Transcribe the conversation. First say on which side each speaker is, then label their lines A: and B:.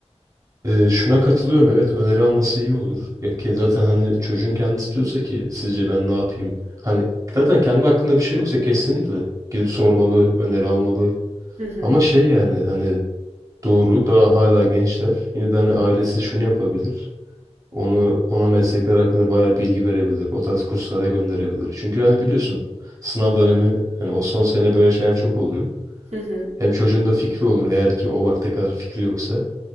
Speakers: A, on the right; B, on the right.
A: Ee, şuna katılıyorum. Evet öneri alması iyi olur. Ya ki zaten hani çocuğun kendisi diyorsa ki sizce ben ne yapayım? Hani zaten kendi hakkında bir şey yoksa kesinlikle gidip sormalı, öneri almalı.
B: Hı hı.
A: Ama şey yani hani doğru daha hala gençler. Yine de hani ailesi şunu yapabilir. Onu ona meslekler hakkında bayağı bilgi verebilir. O tarz kurslara gönderebilir. Çünkü hani biliyorsun sınav dönemi hani o son sene böyle şeyler çok oluyor.
B: Hı hı.
A: Hem çocuğun da fikri olur eğer ki o vakte kadar fikri yoksa.